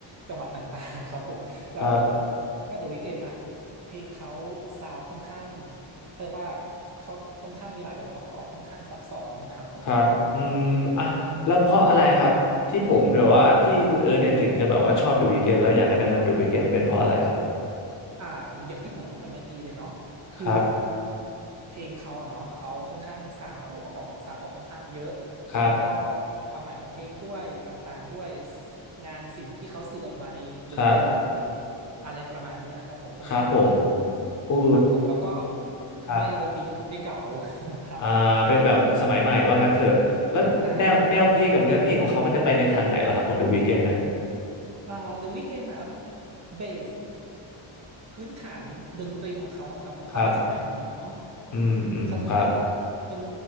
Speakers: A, on the right (about 35°); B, on the left (about 40°).
A: จังหวะต่างๆครับผมแล้วผมผมคิดว่า
B: ครับ
A: The Weeknd อะเพลงเขาซาวด์ค่อนข้างเขาเรียกว่าเขาค่อนข้างมีหลายองค์ประกอบค่อนข้างซับซ้อนครับผม
B: ครับอืมอ่ะแล้วเพราะอะไรครับที่ผมแบบว่าที่คุณเอิร์ธเนี่ยถึงจะแบบว่าชอบ The Weeknd แล้วอยากจะแนะนำ The Weeknd เป็นเพราะอะไรครับ
A: อ่าอย่างที่ผมพูดไปเมื่อกี้เลยเนาะคือ
B: ครับ
A: เพลงเขาอะเนาะเขาค่อนข้างซาวองค์ประกอบของซาวเขาค่อนข้างเยอะ
B: ครับ
A: แล้วก็ความหมายของเพลงด้วยต่างๆด้วยงานศิลป์ที่เขาสื่อออกมาในดนตรีหรือ
B: ครับ
A: อะไรประมาณนี้อะครับผมค่อนข้างลงตัว
B: ครับผมอู้
A: ครับผมแล้วก็
B: ครับ
A: ไม่ดนตรีก็คือไม่เก่า <laughs> ครับผม
B: อ่าเป็นแบบสมัยใหม่ว่างั้นเถอะแล้วแนวแนวเพลงกับเนื้อเพลงของเขามันจะไปในทางไหนเหรอครับของ
A: ใช่ครับ
B: The Weeknd น่ะ
A: อ่า The Weeknd อะเบส พื้นฐานดนตรีของเขาอะครับของเขามาจาก
B: ครับ
A: R&B เนาะ
B: อืมอืมครับ
A: เขาจะมีโทน